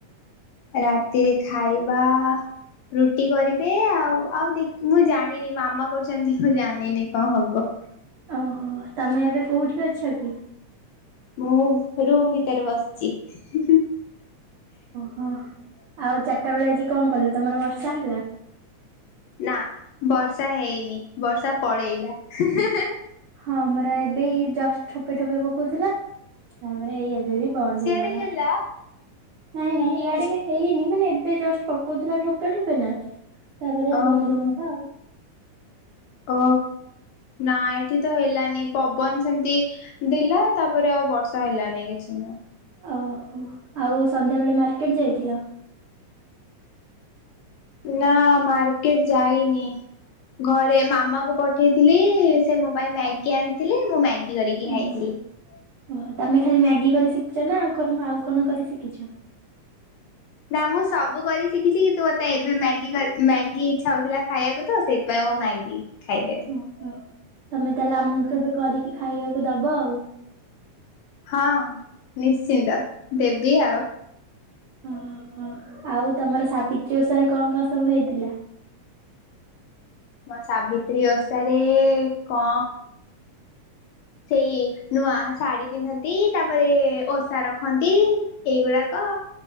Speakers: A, on the left; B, on the right.
A: ରାତିରେ ଖାଇବା ରୁଟି କରିବେ ଆଉ ଆଉ ଦେଖ୍ ମୁଁ ଜାଣିନି ମାମା କରୁଚନ୍ତି ମୁଁ ଜାଣିନି କଣ ହବ?
B: ଓହୋ ତମେ ଏବେ କୋଉଠି ଅଛକି?
A: ମୁଁ ରୁମ୍ ଭିତରେ ବସିଚି ହୁ-ହୁଁ।
B: ହଁ ଆଉ ଚାରିଟା ବେଳେ ଆଜି କଣ କଲ ତମର ବର୍ଷା ହେଲା?
A: ନା ବର୍ଷା ହେଇନି ବର୍ଷା ପଳେଇଲା ହେ-ହେ-ହେ-ହେ।
B: ହଁ ଆମରା ଏବେ ଏଇ ଜଷ୍ଟ ଠୋପେ ଠୋପେ ପକଉଥିଲା ତାପରେ ଏଇ ଏବ ଏବେ ବନ୍ଦ
A: ସିଆଡେ
B: ହେଇଗଲା।
A: ହେଲା
B: ନାଇଁ ନାଇଁ ଇଆଡ଼େବି ହେଇନି ମାନେ ଏବେ ଜଷ୍ଟ୍ ପକଉଥିଲା ଠୋପେ ଠୋପେ ନା ତାପରେ
A: ଓହୋ
B: ବନ୍ଦ ହେଇଗଲା ଆଉ।
A: ଓ ନାଏଠିତ ହେଲାନି ପବନ ସେମିତି ଦେଲା ତାପରେ ଆଉ ବର୍ଷା ହେଲାନି କିଛିନା।
B: ଓହୋ ଆଉ ସନ୍ଧ୍ୟାବେଳେ ମାର୍କେଟ ଯାଇଥିଲ?
A: ନା ମାର୍କେଟ ଯାଇନି ଘରେ ମା ମାମାକୁ ପଠେଇଥିଲି ସେ ମୋପାଇଁ ମ୍ୟାଗି ଆଣିଥିଲେ ମୁଁ ମ୍ୟାଗି କରିକି
B: ଓହୋ
A: ଖାଇଥିଲି।
B: ଓହୋ ତମେ ଖାଲି ମ୍ୟାଗି କରି ଶିଖିଛନା ଆଉ କଣ ଆଉ କଣ କରି ଶିଖିଛ?
A: ନା ମୁସବୁ କରି ଶିଖିଚି କିନ୍ତୁ ମତେ ଏବେ ମ୍ୟାଗି କରି ମ୍ୟାଗି ଇଛା ହଉଥିଲା ଖାଇବାକୁତ ସେଇଥିପାଇଁ ମୁଁ ମ୍ୟାଗି ଖାଇଦେ।
B: ଓହୋ ତମେ ତାହେଲେ ଆମକୁ କେବେ କରିକି ଖାଇବାକୁ ଦବ ଆଉ।
A: ହଁ ନିଶ୍ଚିନ୍ତ ଦେବି ଆଉ।
B: ଓହୋ ଆଉ ତମର ସାବିତ୍ରୀ ଓଷାରେ କଅଁ କଅଁ ସବୁ ହେଇଥିଲା?
A: ମୋ ସାବିତ୍ରୀ ଓଷାରେ ଏ-ଏ ଙ୍କ ସେଇ ନୂଆ ଶାଢୀ ପିନ୍ଧନ୍ତି ତାପରେ ଓଷା ରଖନ୍ତି। ଏଇଗୁଡାକ